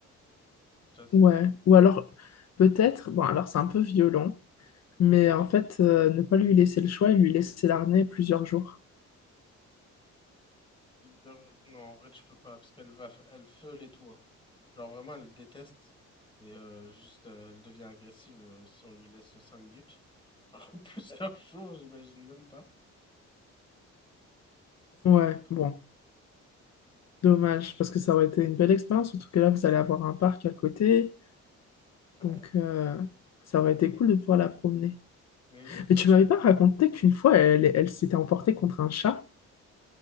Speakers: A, on the left; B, on the left.
A: Ça, c'est.
B: Ouais. Ou alors, peut-être. Bon, alors c'est un peu violent. Mais en fait, euh, ne pas lui laisser le choix et lui laisser l'arnée plusieurs jours.
A: Non, en vrai, tu peux pas, parce qu'elle va, elle feule et tout. hein. Genre vraiment, elle déteste. Et euh, juste, euh, elle devient agressive euh, si on lui laisse 5 minutes. <laughs> Plusieurs jours, j'imagine même pas. Ça serait
B: Ouais,
A: un peu trop
B: bon,
A: long.
B: dommage, parce que ça aurait été une belle expérience, surtout que là, vous allez avoir un parc à côté,
A: Ouais.
B: donc euh, ça aurait été cool de pouvoir la promener.
A: Mais oui, de
B: Mais tu
A: fou.
B: m'avais pas raconté qu'une fois, elle, elle s'était emportée contre un chat?